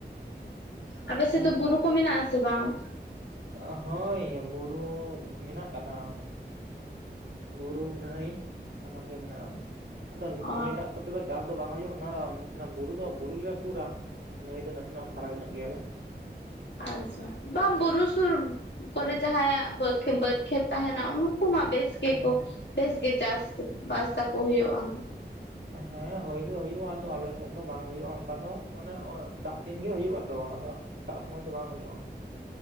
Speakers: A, on the left; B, on the right.
A: ᱟᱯᱮ
B: ᱛᱟᱦᱚᱞᱮ
A: ᱥᱮ ᱛᱚ ᱵᱩᱨᱩ ᱠᱚ ᱢᱮᱱᱟᱜ ᱟ ᱥᱮ ᱵᱟᱝ?
B: ᱚ ᱦᱳᱭ ᱵᱩᱨᱩ ᱢᱮᱱᱟᱜ-ᱟ ᱠᱟᱫᱟ᱾ ᱵᱩᱨᱩ, ᱱᱟᱹᱭ ᱥᱟᱱᱟᱢ ᱜᱮ ᱢᱮᱱᱟᱜᱼᱟ, ᱟᱫᱚ
A: ᱚ
B: ᱱᱟᱹᱭ ᱫᱟᱜ ᱠᱚ ᱛᱮᱫᱚ ᱪᱟᱥ ᱫᱚ ᱵᱟᱝ ᱦᱩᱭᱩᱜᱼᱟ, ᱚᱱᱟ ᱚᱱᱟ ᱵᱩᱨᱩ ᱫᱚ ᱵᱩᱨᱩᱞᱮ ᱥᱩᱨᱟ ᱱᱟᱹᱭ ᱫᱚ ᱱᱟᱥᱮᱱᱟᱜ ᱯᱷᱟᱨᱟᱠ ᱧᱚᱜ ᱜᱮᱭᱟᱞᱮ᱾
A: ᱟᱪᱪᱷᱟ ᱵᱟᱝ ᱵᱩᱨᱩ ᱥᱩᱨ ᱠᱚᱨᱮ ᱡᱟᱦᱟᱸᱭᱟ ᱵᱟᱹᱫᱽ ᱜᱮ ᱵᱟᱹᱫᱽ ᱠᱷᱮᱛ ᱛᱟᱦᱮᱱᱟ, ᱩᱱᱠᱩ ᱢᱟ ᱵᱮᱥ
B: ᱦᱳᱭ
A: ᱜᱮᱠᱚ ᱵᱮᱥ ᱜᱮ ᱪᱟᱥ ᱵᱟᱥᱟᱠᱚ ᱦᱩᱭᱩᱜᱼᱟ᱾
B: ᱦᱮᱸ ᱦᱩᱭ ᱫᱚ ᱦᱩᱭᱩᱜᱼᱟ, ᱟᱫᱚ ᱟᱞᱮ ᱥᱮᱫ ᱫᱚ ᱵᱟᱝ ᱦᱩᱭᱩᱜᱼᱟ, ᱚᱱᱠᱟ ᱫᱚ ᱢᱟᱱᱮ ᱫᱟᱜ ᱫᱤᱱ ᱜᱮ ᱦᱩᱭᱩᱜᱼᱟ ᱛᱚ, ᱟᱫᱚ ᱮᱴᱟᱜ ᱥᱩᱢᱟᱹᱭ ᱫᱚ ᱵᱟᱝ ᱦᱩᱭᱩᱜᱼᱟ᱾